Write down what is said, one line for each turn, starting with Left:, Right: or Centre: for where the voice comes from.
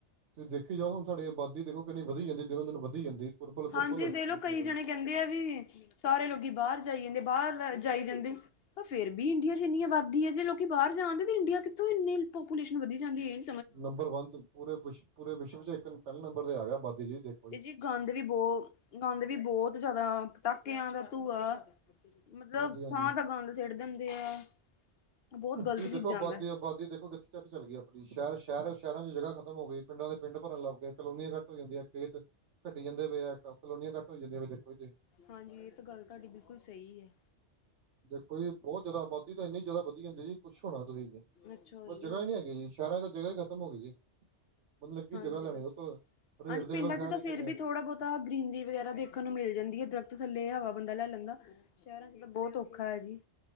Right: ਤੁਸੀਂ ਦੇਖੀ ਜਾਓ ਹੁਣ ਸਾਡੀੇ ਆਬਾਦੀ 'ਦੇਖੋ ਕਿੰਨੀ ਵਧੀ ਜਾਂਦੀ, ਦਿਨੋ ਦਿਨ ਵਧੀ ਜਾਂਦੀ ਕੁਰਬਲ ਕੁਰਬਲ
Left: ਹਾਂਜੀ,
Right: ਹੋ ਜਾਂਦੀ
Left: ਦੇਖਲੋ ਕਈ
Right: ਦੇਖੋ
Left: ਜਾਣੇ
Right: ਜੀ
Left: ਕਹਿੰਦੇ ਆ ਵੀ ਸਾਰੇ ਲੋਕ ਬਾਹਰ ਜਾਈ ਜਾਂਦੇ, ਬਾਹਰ ਜਾਈ ਜਾਂਦੇ, ਪਰ ਫਿਰ ਵੀ ਇੰਡੀਆ ਚ ਏਨੀ ਅਬਾ ਦੀ ਏ, ਜੇ ਲੋਕੀ ਬਾਹਰ ਜਾਣਦੇ ਤਾਂ ਇੰਡੀਆ ਕਿੱਥੋਂ ਇੰਨੀ ਪਾਪੂਲੇਸ਼ਨ ਵਧੀ ਜਾਂਦੀ ਏ।
Right: ਨੰਬਰ ਵਨ ਪੂਰੇ ਵਿਸ਼ ਪੂਰੇ ਵਿਸ਼ਵ ਚ ਇੱਕ ਪਹਿਲੇ ਨੰਬਰ ਤੇ ਆ ਗਿਆ ਬਾਦੀ ਜੀ ਦੇਖ
Left: ਤੇ ਜੀ ਗੰਦ ਵੀ ਬਹੁ, ਗੰਦ ਵੀ ਬਹੁਤ ਜ਼ਿਆਦਾ ਪਟਾਕਿਆਂ ਦਾ ਧੂੰਆ। ਮਤਲਬ
Right: ਹਾਂਜੀ
Left: ਥਾਂ
Right: ਹਾਂਜੀ
Left: -ਥਾਂ ਤਾਂ ਗੰਦ ਸਿਟ ਦਿੰਦੇ ਆ। ਬਹੁਤ ਗ਼ਲਤ
Right: ਤੁਹੀ
Left: ਚੀਜ਼ਾਂ
Right: ਦੇਖੋ ਆਬਾਦੀ,
Left: ਵਾ
Right: ਆਬਾਦੀ ਦੇਖੋ ਕਿੱਥੇ ਤਕ ਚੱਲ ਗਈ ਆਪਣੀ, ਸ਼ਹਿਰ, ਸ਼ਹਿਰ, ਸ਼ਹਿਰਾਂ ਚ ਜਗ੍ਹਾ ਖਤਮ ਹੋ ਗਈ, ਪਿੰਡਾਂ ਦੇ ਪਿੰਡ ਭਰ ਲੱਗ ਗਏ, ਕਲੋਨੀਆਂ ਕੱਟ ਘੱਟ ਹੋ ਜਾਂਦੀ ਹੈ ਖੇਤ ਘੱਟੀ ਜਾਂਦੇ ਪਏ ਆ, ਕਲੋਨੀਆਂ ਕਟ ਹੋਈ ਜਾਂਦੀਆਂ ਪਈਆਂ ਓਹੀ ਤੇ।
Left: ਹਾਂਜੀ ਇਹ ਤਾਂ ਗੱਲ ਤੁਹਾਡੀ ਬਿਲਕੁਲ ਸਹੀ ਐ।
Right: ਦੇਖੋ ਜੀ ਬਹੁਤ ਜ਼ਿਆਦਾ ਆਬਾਦੀ ਤਾਂ ਇੰਨੀ ਜ਼ਿਆਦਾ ਵਧੀ ਜਾਂਦੀ ਜੀ ਪੁੱਛੋ ਨਾ ਤੁਸੀਂ ਵੀ
Left: ਅੱਛਾ
Right: ਬਤ
Left: ਜੀ
Right: ਜਗ੍ਹਾ
Left: ਹਾਂ
Right: ਹੀ ਨਹੀਂ ਹੈਗੀ ਜੀ, ਸ਼ਹਿਰਾਂ ਚ ਜਗਾ ਹੀ ਖਤਮ ਹੋ ਗਈ ਜੀ। ਮਤਲਬ ਕੀ
Left: ਹਾਂਜੀ
Right: ਜਗ੍ਹਾ ਲੈਣੀ
Left: ਜੀ।
Right: ਉਤੋਂ ਰੇਟ
Left: ਹਾਂਜੀ
Right: ਦੇਖ
Left: ਪਿੰਡਾਂ
Right: ਲੋ ਸ਼ਹਿਰ ਚ ਕਿੰਨੇ।
Left: ਤਾਂ ਗ੍ਰਰੀਨਰੀ ਵਗੈਰਾ ਦੇਖਣ ਨੂੰ ਮਿਲ ਜਾਂਦੀ ਏ, ਦਰਖ਼ਤ ਥੱਲੇ ਹਵਾ ਬੰਦਾ ਲੈ ਲੈਂਦਾ। ਸ਼ਹਿਰਾਂ ਚ ਤਾਂ ਬਹੁਤ ਔਖਾ ਹੈ ਜੀ।